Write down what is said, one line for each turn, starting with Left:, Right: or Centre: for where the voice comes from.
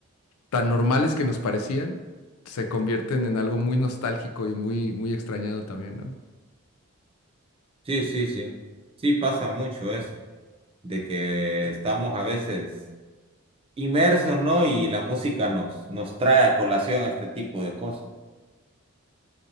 Left: tan normales que nos parecían, se convierten en algo muy nostálgico y muy, muy extrañado también, ¿no?
Right: sí, sí, sí. Sí pasa mucho eso, de que estamos a veces inmersos, ¿no? Y la música nos, nos trae a colación este tipo de cosas.